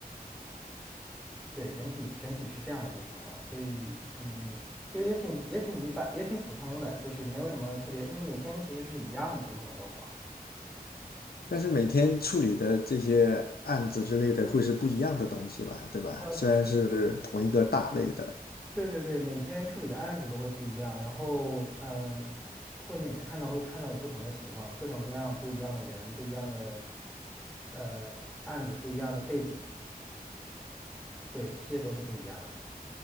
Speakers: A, in the centre; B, on the left.
A: 对，整体整体是这样一个情况，所以嗯，就也挺也挺一般，也挺普通的，就是没有什么特别，因为每天其实是一样的一种状况。
B: 但是每天处理的这些案子之类的会是不一样的东西吧，对吧？
A: 呃，
B: 虽然是同一个大类的。
A: 对对对，每天处理的案子都会不一样，然后嗯，会每次看到会看到有不同的情况，各种各样不一样的人，不一样的呃案子，不一样的背景，对，这些都是不一样的。